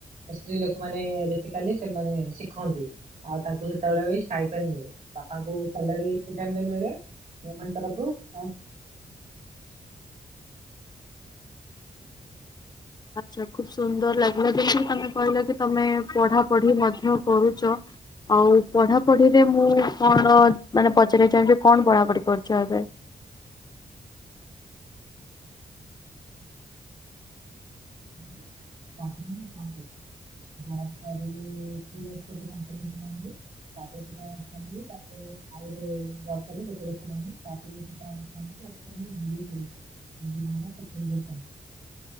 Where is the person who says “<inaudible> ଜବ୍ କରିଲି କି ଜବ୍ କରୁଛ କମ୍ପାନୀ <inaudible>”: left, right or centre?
Right